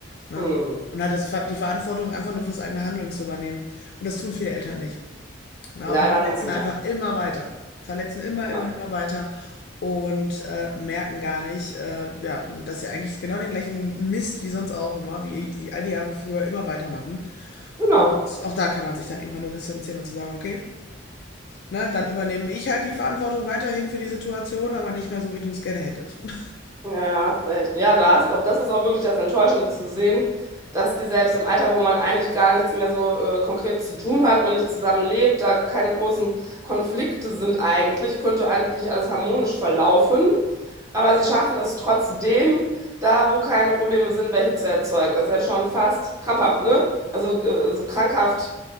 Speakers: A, on the left; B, on the right.
A: Ne?
B: Hm.
A: Und halt das, Ver- die Verantwortung einfach nur fürs eigene Handeln zu übernehmen. Und das tun viele Eltern nicht. Ne?
B: Leider
A: Und verletzen
B: nein,
A: einfach
B: ja.
A: immer weiter. Verletzen immer,
B: Aber,
A: immer, immer weiter und äh, merken gar nicht, äh, ja, dass sie eigentlich genau den gleichen Mist wie sonst auch immer, wie die all die Jahre früher immer weitermachen.
B: genau.
A: Und auch da kann man sich dann irgendwann nur distanzieren und zu sagen, okay, ne, dann übernehme ich halt die Verantwortung weiterhin für die Situation, aber nicht mehr so, wie du es gerne hättest. <laughs>
B: Ja, ja, hast recht. Ja, da hast, auch- das ist auch wirklich das Enttäuschende zu sehen, dass die selbst im Alter, wo man eigentlich gar nichts mehr so äh, konkret zu tun hat, man nicht zusammenlebt, da keine großen Konflikte sind eigentlich, könnte eigentlich alles harmonisch verlaufen. Aber sie schaffen es trotzdem, da wo keine Probleme sind, welche zu erzeugen. Das ist ja schon fast krampfhaft, ne? Also äh, so krankhaft